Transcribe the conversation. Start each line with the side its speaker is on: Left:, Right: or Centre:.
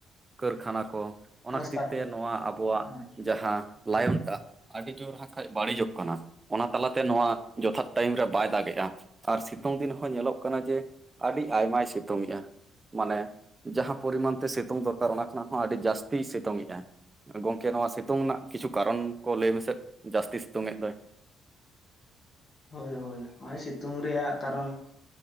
Right: ᱠᱟᱹᱨᱠᱷᱟᱱᱟ ᱠᱚ ᱚᱱᱟ
Left: ᱨᱟᱥᱛᱟ
Right: ᱠᱷᱟᱹᱛᱤᱨ
Left: ᱠᱚ
Right: ᱛᱮ ᱱᱚᱣᱟ ᱟᱵᱚᱣᱟᱜ
Left: ᱦᱮᱸ
Right: ᱡᱟᱦᱟᱸ ᱞᱟᱭᱚᱱᱴᱟᱜ ᱟᱹᱰᱤ ᱡᱳᱨ ᱦᱟᱸᱜ ᱠᱷᱟᱱ ᱵᱟᱹᱲᱤᱡᱚᱜ ᱠᱟᱱᱟ ᱚᱱᱟ ᱛᱟᱞᱟᱛᱮ ᱱᱚᱣᱟ ᱡᱚᱛᱷᱟᱛ ᱴᱟᱭᱤᱢ ᱨᱮ ᱵᱟᱭ ᱫᱟᱜᱮᱜᱼᱟ ᱟᱨ ᱥᱤᱛᱩᱝ ᱫᱤᱱ ᱦᱚᱸ ᱧᱮᱞᱚᱜ ᱠᱟᱱᱟ ᱡᱮ ᱟᱹᱰᱤ ᱟᱭᱢᱟᱭ ᱥᱤᱛᱩᱝ ᱮᱼᱟ ᱢᱟᱱᱮ ᱡᱟᱦᱟᱸ ᱯᱚᱨᱤᱢᱟᱱ ᱛᱮ ᱥᱤᱛᱩᱝ ᱫᱚᱨᱠᱟᱨ ᱚᱱᱟ ᱠᱷᱚᱱᱟᱜ ᱦᱚᱸ ᱟᱹᱰᱤ ᱡᱟᱹᱥᱛᱤ ᱥᱤᱛᱩᱝ ᱮᱜᱟᱭ ᱜᱚᱝᱠᱮ ᱱᱚᱣᱟ ᱥᱤᱛᱩᱝ ᱨᱮᱱᱟᱜ ᱠᱤᱪᱷᱩ ᱠᱟᱨᱚᱱ ᱠᱚ ᱞᱟᱹᱭ ᱢᱮᱥᱮ ᱡᱟᱹᱥᱛᱤ ᱥᱤᱛᱩᱝ ᱮᱫ ᱫᱚᱭ
Left: ᱦᱳᱭ ᱦᱳᱭ ᱱᱚᱜᱼᱚᱭ ᱥᱤᱛᱩᱝ ᱨᱮᱭᱟᱜ ᱠᱟᱨᱚᱱ